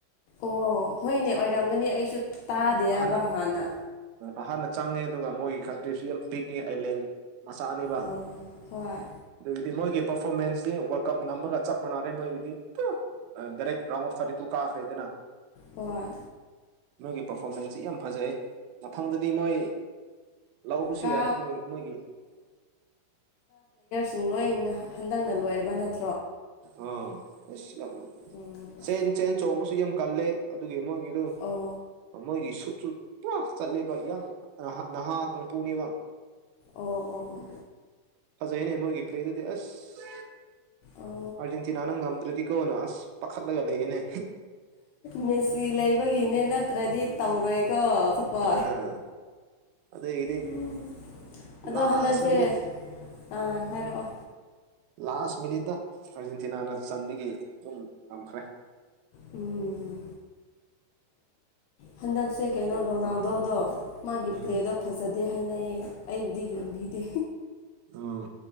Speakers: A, on the left; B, on the right.
A: ꯑꯣ ꯍꯣꯏꯅꯦ ꯑꯣꯏꯔꯝꯒꯅꯤ ꯑꯩꯁꯨ ꯇꯥꯗꯤꯌꯦꯕ
B: ꯎꯝ ꯑꯍꯥꯟꯅ
A: ꯍꯥꯟꯅ
B: ꯑꯍꯥꯟꯅ ꯆꯪꯉꯦ ꯑꯗꯨꯒ ꯃꯣꯏꯒꯤ ꯀꯟꯇ꯭ꯔꯤꯁꯨ ꯌꯥꯝ ꯄꯤꯛꯉꯦ ꯑꯥꯏꯂꯦꯟ ꯃꯆꯥꯅꯦꯕ
A: ꯑꯣ ꯍꯣꯏ
B: ꯑꯗꯨꯒꯤꯗꯤ ꯃꯣꯏꯒꯤ ꯄꯔꯐꯣꯔꯃꯦꯟꯁꯇꯤ ꯋꯥꯔꯜ ꯀꯞ ꯉꯝꯃꯒ ꯆꯞ ꯃꯥꯟꯅꯔꯦ ꯃꯣꯏꯒꯤꯗꯤ ꯗꯥꯢꯔꯦꯛ ꯔꯥꯟꯗ ꯑꯣꯐ ꯊꯥꯔꯇꯤꯇꯨ ꯀꯥꯒ꯭ꯔꯦꯗꯅ
A: ꯍꯣꯢ
B: ꯃꯣꯏꯒꯤ ꯄꯔꯐꯣꯔꯃꯦꯟꯁꯇꯤ ꯌꯥꯝ ꯐꯖꯩ ꯃꯊꯪꯗꯗꯤ ꯃꯣꯏ ꯂꯧꯕꯁꯨ
A: ꯀꯥ
B: ꯌꯥꯏ ꯃꯣꯏ ꯃꯣꯏꯒꯤ
A: ꯁꯤꯡ ꯂꯣꯏꯅ ꯍꯟꯗꯛꯅ ꯂꯣꯏꯔꯕ ꯅꯠ
B: ꯑꯥ ꯑꯁ ꯌꯥꯝ
A: ꯎꯝ
B: ꯆꯦꯟ ꯆꯦꯟ ꯆꯣꯡꯕꯁꯨ ꯌꯥꯝ ꯀꯜꯂꯦ ꯑꯗꯨꯒꯤ ꯃꯣꯏꯒꯤꯗꯨꯣ
A: ꯑꯣ
B: ꯃꯣꯏꯒꯤ ꯁꯨꯠꯁꯨꯨ ꯄꯨꯔ ꯆꯠꯂꯦꯕ ꯌꯥꯡ ꯅꯍꯥ ꯀꯪꯄꯣꯅꯦꯕ
A: ꯑꯣ ꯑꯣ ꯑꯣ
B: ꯐꯖꯩꯅꯦ ꯃꯣꯏꯒꯤ ꯄ꯭ꯂꯦꯗꯨꯗꯤ ꯑꯁ
A: ꯑꯣ
B: ꯑꯔꯖꯦꯟꯇꯤꯅꯥꯅ ꯅꯝꯗ꯭ꯔꯗꯤ ꯀꯣꯅ ꯑꯁ ꯄꯥꯈꯠꯂꯒ ꯂꯩꯌꯦꯅꯦ
A: ꯃꯦꯁꯤ ꯂꯩꯕꯒꯤꯅꯦ ꯅꯠꯇ꯭ꯔꯗꯤ ꯇꯧꯔꯣꯏꯀꯣ ꯑꯇꯣꯄ
B: ꯑꯥ ꯑꯗꯒꯤꯗꯤ
A: ꯎꯝ
B: ꯂꯥꯁ
A: ꯑꯗꯣ ꯍꯟꯗꯛꯁꯦ
B: ꯃꯤꯅꯤꯠ
A: ꯑ ꯍꯥꯏꯔꯛꯑꯣ
B: ꯂꯥꯁ ꯃꯤꯅꯤꯠꯇ ꯑꯥꯔꯖꯦꯟꯇꯤꯅꯥꯅ ꯆꯟꯕꯒꯤ ꯑꯗꯨꯝ ꯉꯝꯈ꯭ꯔꯦ
A: ꯎꯝ ꯍꯟꯗꯛꯁꯦ ꯀꯩꯅꯣ ꯔꯣꯅꯥꯜꯗꯣꯗꯣ
B: ꯎꯝ
A: ꯃꯥꯒꯤ
B: ꯎꯝ
A: ꯄ꯭ꯂꯦꯗꯣ ꯐꯖ ꯗꯦ ꯍꯥꯏꯅꯩꯌꯦ ꯑꯩꯕꯨꯗꯤ ꯌꯦꯡꯕꯤꯗꯦ
B: ꯑꯣ